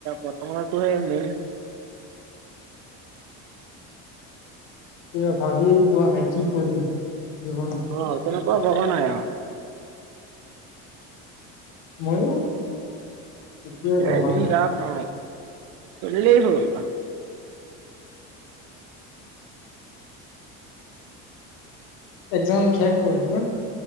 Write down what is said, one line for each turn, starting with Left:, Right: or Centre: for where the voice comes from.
Right: বৰ্তমানৰ টো হে মেইন।
Left: তিয়া ভাবিয়ে পোৱা নাই কি কৰিম। জীৱনত
Right: অ তেনেকুৱা ভবা নাই আও।
Left: মইয়ো, একোৱে
Right: থিকে
Left: ভবা
Right: এদিন
Left: নাই।
Right: যাওক অ্, চলিলেই হল।
Left: একজাম শেষ হল তোমাৰ?